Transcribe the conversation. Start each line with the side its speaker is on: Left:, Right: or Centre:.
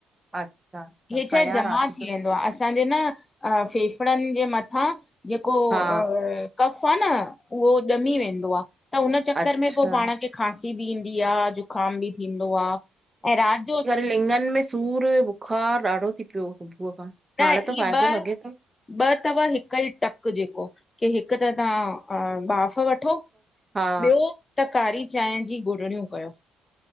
Right: अच्छा अच्छा
Left: हे छाए
Right: कयां
Left: जमा
Right: राति
Left: थी
Right: जो
Left: वेंदो आहे असांजे न अ फेफड़न जे मथां जेको
Right: हा
Left: अ कफ़ आ न उहो ॼमी वेंदो आह त उन चकर
Right: अच्छा
Left: में पाण खे खांसी बि ईंदी आह जुकाम बि थींदो आह ऐं रात जो
Right: लिंगन में सूर बुखार ॾाढो थी पियो सुबुह खां
Left: न
Right: हाणे
Left: इहे
Right: त फ़ाइदो
Left: ॿ
Right: लॻे तो
Left: ॿ तव हिक ई टक जेको के हिक त तव्हां बाफ़ वठो
Right: हा।
Left: ॿियो त कारी चांहि जी गुरड़ियूं कयो।